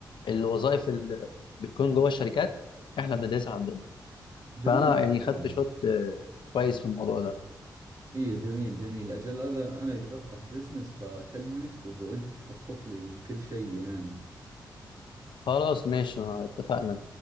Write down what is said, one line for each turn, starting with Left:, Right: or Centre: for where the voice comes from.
Left: الوظائف اللي بتكون جوه الشركات احنا بندرسها عندنا
Right: جميل
Left: فانا يعني خدت
Right: والله
Left: شوت آه، كويس في الموضوع ده
Right: إيه جميل جميل أجل هذا أنا إذا بفتح بزنس بكلمك وب... وأنت بتخطط لي لكل شيء يعني
Left: خلاص ماشي آه، اتفقنا